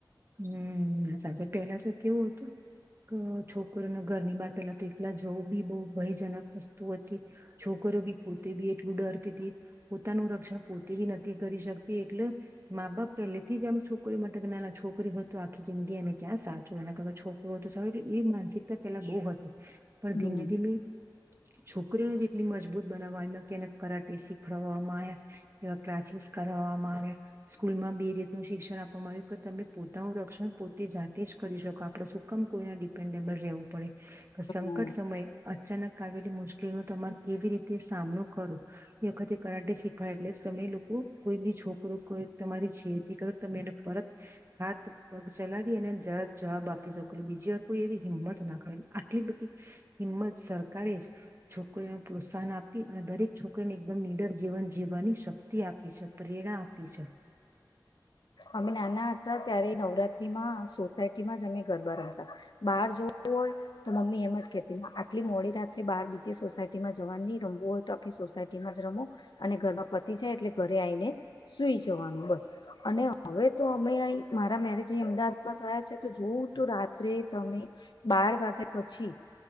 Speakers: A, on the right (about 35°); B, on the left (about 70°).
A: હમ સાચે પહેલા તો કેવું હતું છોકરોના ઘરની બહાર પેલા તો એકલા જવું બી બહ ભયજનક વસ્તુ હતી છોકરો બી પોતે બી એટલું ડરતી હતી પોતાનું રક્ષણ પૂરતી નથી કરી શકતી એટલે મા બાપ પહેલેથી જ આમ છોકરી માટે નાના છોકરી છોકરી હોય તો આખી જિંદગી એને ક્યાં સાચું એને ક છોકરું હો તો સારું એવી માનસિકતા પેલા બહુ હતી પણ
B: હમ
A: ધીમે ધીમે છોકરીઓને જેટલી મજબૂત બનાવવા એલે કેને કરાટે શીખડવામાં આવ્યા એવા ક્લાસીસ કરવામાં આવે સ્કૂલમાં બે રીતનું શિક્ષણવાવામાં આવ્યું કે તમને પોતાનું રક્ષણ પોતે જાતે જ કરી શકો આપડ સુકમ કોઈને ડિપેન્ડેબલ રહેવું પડે તો સંકટ
B: હમ
A: સમય અચાનક કાવલી મુશ્કેલી ન તમાર કેવી રીતે સામનો કરો એ વખતે કરાટે શીખવાડ એટલે તમે લોકો કોઈ બી છોકરો કોઈ તમારી છેડથી કરો તમે એને પરત હાથ પગ ચલાવી અને જ જવાબ આપી છેક બીજી વાર કોઈ એવી હિંમત ના કરેલી આટલી બધી હિંમત સરકારે જ છોકરીને પ્રોત્સાહન આપી અને દરેક છોકરીને એકદમ નિડર જીવન જીવવાની શક્તિ આપી છે પ્રેરણા આપી છે
B: અમે નાના હતા ત્યારે નવરાત્ર માં સોતા ક જમે ગરબા રમતા બહાર જવું હોય તો મમ્મી એમ જ કતી આટલી મોડી રાત્રે બાર બીજી સોસાયટી માં જવાનું નહી રમવું હોય તો આપણી સોસાયટીમાં જ રમો અને ઘરમાં પતિ જાય એટલે ઘરે આવીઈને સુઈ જવાનું બસ અને હવે તો અમે અહી મારા મેરેજ અહી અમદાવાદમાં થયા છે તો જોવું તોું રાત્રે તમે બાર વાગ્યા પછી